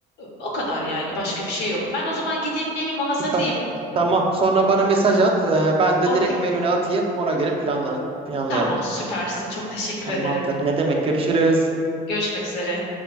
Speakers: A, on the left; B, on the right.
A: O kadar yani. Başka bir şey yok. Ben o zaman gideyim menümü hazırlayayım.
B: Süper. Tamam. Sonra bana mesaj at. Ee, ben de
A: Olur.
B: direkt menüne atayım. Ona göre planla planlayalım.
A: Tamam, süpersin. Çok teşekkür
B: Tamamdır.
A: ederim.
B: Ne demek? Görüşürüz.
A: Görüşmek üzere.